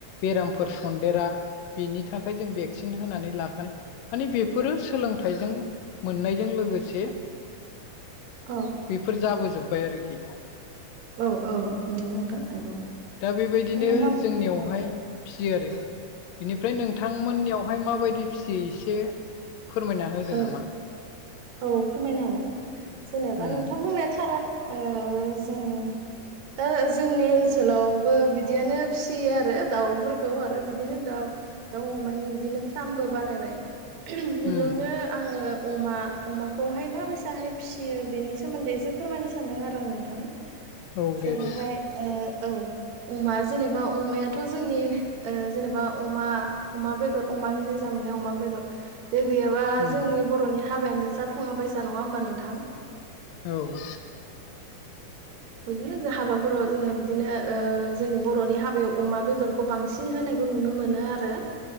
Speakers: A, on the left; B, on the right.
A: बेरामफोर सनदेरा बेनि थाखाय जों भेक्सिन होनानै लाखानाय माने बेफोरो सोलोंथाइजों मोननायजों लोगोसे
B: औ
A: बेफोर जाबोजोब्बाय आरोखि
B: औ नंगौ नोंथां नंगौ
A: दा बेबायदिनो
B: नोंथां
A: जोंनियावहाय
B: औ
A: फियो आरो बेनिफ्राय नोंथांमोननियावहाय माबायदि फिसियो एसे फोरमायना होदो
B: औ
A: नामा
B: औ फोरमायनो हागोन जेनेबा
A: उम
B: नोंथां बुंनाय थालानो जोंनि दा जोंनि ओनसोलावबो बिदियानो फिसियो आरो दाउफोरखौ आरो बिदिनो दाउ दाउ अमानि बिदिनो फार्मबो बानायबाय बेयावनो
A: उम
B: आङो अमा अमाखौहाय माबायसाहाय फिसियो बेनि सोमोन्दै एसे फोरमायनो सानदों आरो आं नोंथां
A: औ दे
B: जेरोहाय
A: दे
B: औ अमा जेनेबा अमायाथ' जोंनि जेनेबा अमा अमा बेदर अमानिफ्राय जामोन नाय अमा बेदर बे गैयाबा
A: उम
B: जोंनि बर'नि हाबायानो जाफुङा बायसा नङा होमबा नोंथां
A: औ
B: बिदिनोों हाबाफोराव जोङो बिदिनो जोंनि बर'नि हाबायाव अमा बेदरखौ बांसिन होनायिर बेखौ नुनो मोनो आरो